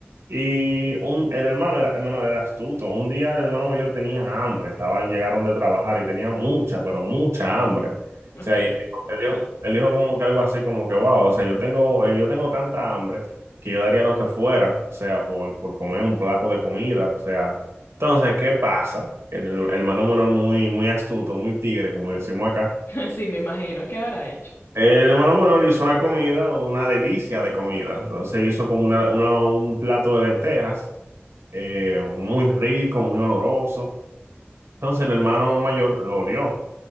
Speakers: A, on the right; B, on the left.
A: Y un, el hermano era, hermano era astuto. Un día el hermano mayor tenía hambre, estaban, llegaron de trabajar y tenía mucha, pero mucha hambre.
B: Ok.
A: O sea, y él dijo, él dijo- él dijo como que algo así como que, wow, o sea, yo tengo, eh, yo tengo tanta hambre que yo daría lo que fuera, o sea, por, por comer un plato de comida, o sea. Entonces, ¿qué pasa? El, el hermano menor muy, muy astuto, muy tigre, como decimos acá
B: <laughs> Sí, me imagino. ¿Qué habrá hecho?
A: el hermano menor hizo una comida, una delicia de comida. Entonces hizo como una, una- un plato de lentejas, eh, muy rico, muy oloroso. Entonces el hermano mayor lo olió